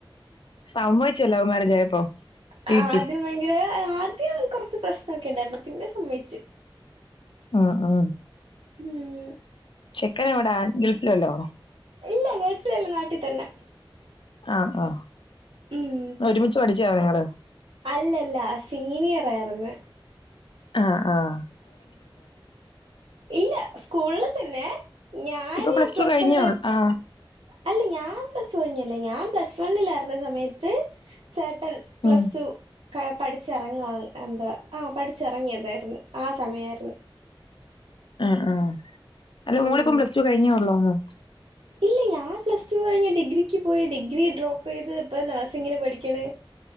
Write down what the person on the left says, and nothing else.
സമ്മതിച്ചോ ലവ് മാരേജ് ആയപ്പോ
വീട്ടി
ആ ആ
ചെക്കന് എവടെ ഗൾഫിൽ വല്ലോ ആണോ
ആ ആ
ഒരുമിച്ച് പഠിച്ച ആണോ നിങ്ങള്
ആഹ് ആഹ്
ഇപ്പൊ
ടു കഴിഞ്ഞേ
ഉള്ളൂ ആ
ഉം
ആ ആ അല്ല
മോളിപ്പം പ്ലസ് ടു കഴിഞ്ഞേ ഉള്ളോന്നോ